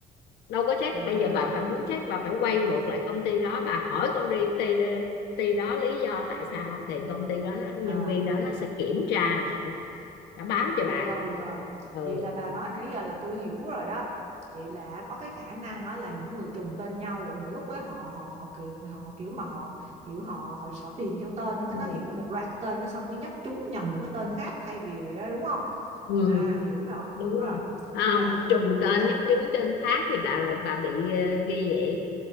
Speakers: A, on the left; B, on the right.
A: đâu có check
B: à
A: bây giờ bà phải muốn check bà phải quay ngược lại công ty đó bà hỏi công ty ty, ty đó lý do tại sao thì công ty đó nhân
B: à
A: viên đó nó sẽ kiểm tra lại nó báo cho bà
B: Rồi rồi,
A: ừ
B: vậy là bà nói nãy giờ là tôi hiểu rồi đó. Vậy là có cái khả năng á, là những người trùng tên nhau mà lúc ấy họ họ họ kiểu họ kiểu mà họ hiểu họ họ, họ tìm theo tên nó cái
A: ừ,
B: nó hiện ra một loạt tên cái xong cái nhấp trúng nhầm một cái tên khác thay vì đúng không?
A: ừ
B: À hiểu rồi,
A: đúng
B: hiểu
A: rồi
B: rồi.
A: à,
B: Chà không
A: trùng
B: ngờ
A: tên
B: phức tạp
A: nhắm
B: vậy.
A: trúng tên khác thì bà bà bị ờ, ghi vậy